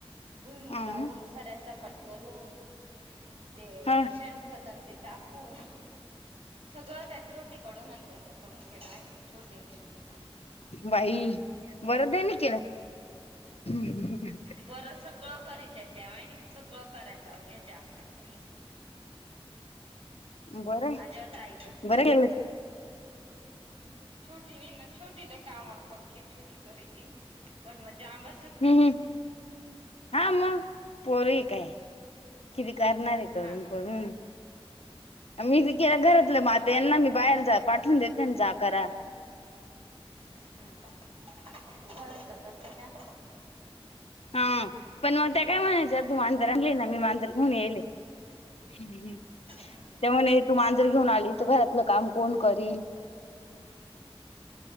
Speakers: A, on the right; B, on the left.
A: भुईमग
B: अं
A: लावून सऱ्यासपाट करून, ते
B: हा
A: शेण खतन ते टाक ऊन, सगळं त्या छोटीकडून अन त्यांच्याकडून केलं, माहितीका? छोट <unintelligible> दिन शुद्धी
B: बाई बरं त्यांनी केल हं हन
A: बरं सगळं करीत्या त्या माहितीका, सगळं करायला लावल ह्या जया अक्कानं त्यांनी.
B: बरंय
A: अजिबात ऐकत नाही
B: बर लगेच
A: छोटीनीना छोटी लई कामाला पक्की, छोटी करिती, पण म जांब
B: हम् हा मग पोरगी काय, किती करना रे करून-करून,
A: हा
B: मी बी
A: मग
B: केलं
A: तेच
B: घरातलं
A: होत
B: म आता यांना मी बाहेर जात पाठवून देतेना जा करा.
A: हम् मग तू घरातलं करती ना?
B: हन, पण मग त्या काय म्हणायच्या तू मांजर आणली ना, मी मांजर घेऊन येयेले. हम हम त्या
A: हम्म
B: म्हणे, तू मांजर घेऊन आली तर घरातलं काम कोण करील?